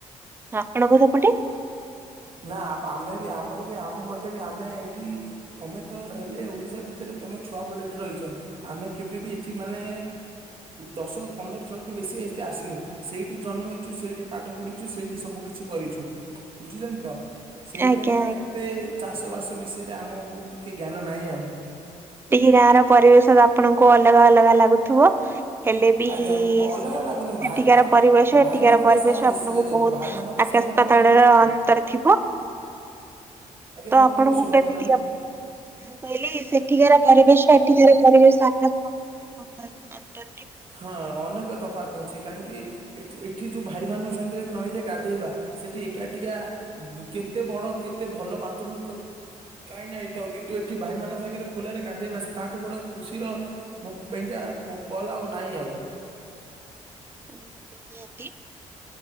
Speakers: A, on the right; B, on the right.
A: ଆପଣଙ୍କ ସେପଟେ?
B: ନା ଆମେ ବି ଆମର ବି ଆମ ପଟେ ବି ଆମେ ଏଇଠି ତମେ ତ ହେଲେ ଓଡିଶା ଭିତରେ ତମେ ଛୁଆ ବେଳେ ଏଠି ରହିଛ ଆମେ କେବେ ବି ଏଠି ମାନେ ଦଶ ପନ୍ଦର ଥରଠୁ ବେଶୀ ଆସିନୁ ସେଇଠି ଜନ୍ମ ହେଇଛୁ ସେଇଠି ପାଠ ପଢିଛୁ ସେଇଠି ସବୁ କିିଛି କରିଛୁ ବୁଝିଛ ତ ସେଇଥିପାଇଁକା
A: ଆଜ୍ଞା
B: ଏତେ ଚାଷ ବାସ ବିଷୟରେ ଆମକୁ ଟିକେ ଜ୍ଞାନ ନାହିଁ ଆଉ।
A: ଟିକେ ଗାଁ ର ପରିବେଶ ଆପଣଙ୍କୁ ଅଲଗା ଅଲଗା ଲାଗୁଥୁବ। ହେଲେ ବି
B: ଆଜ୍ଞା ଅଲଗା
A: ସେଠିକାର
B: ଲାଗୁନି ଭାଇ
A: ପରିବେଶ ଏଠିକାର
B: ଭାଇମାନଙ୍କ
A: ପରିବେଶ
B: ସାଇ-
A: ଆପଣଙ୍କୁ
B: ସ-
A: ବହୁତ୍
B: ଭାଇମାନଙ୍କ
A: ଆକା ଆକାଶ
B: ସାଙ୍ଗେ ରହିଲେ
A: ପାତାଳ
B: ମତେ ଟିକେ
A: ର
B: ଭଲ
A: ଅନ୍ତର
B: ଲାଗେ
A: ଥିବ।
B: ଆଜ୍ଞା
A: ତ
B: କଣ
A: ଆପଣଙ୍କୁ
B: କହିଲେ
A: ମୁଁ
B: ଶୁଭା
A: କେମିତି
B: ଗଲାନି
A: କା ମୁଁ କହିଲି ଏଠିକାର ପରିବେଶ ଏଠିକାର ପରିବେଶ ଆକାଶ ଅନ୍ତ
B: ହଁ ଅନେକ ତଫାତ୍ ଅଛି କାହିଁକି? ଏଠି ଯୋଉ ଭାଇ ମାନଙ୍କ ସାଙ୍ଗରେ ନଈରେ ଗାଧେଇବା ସେଠି ଏକାଠଆ କେତେ ବଡ କେତେ ଭଲ ବାଥରୁମ କାହିଁ ନା ଏଇଟାଉ କିନ୍ତୁ ଏଠି ଭାଇ ମାନଙ୍କ ସାଙ୍ଗରେ ଖୋଲାରେ ଗାଧୋଇବା ତାଠୁ ବଡ ଖୁସି ର ମୋ ପାଇଁ ଆଜ୍ଞା ଟୋର୍ଟାଲ ଆଉ ନାଇଁ ଆଉ
A: ନିହାତି ନିହାତି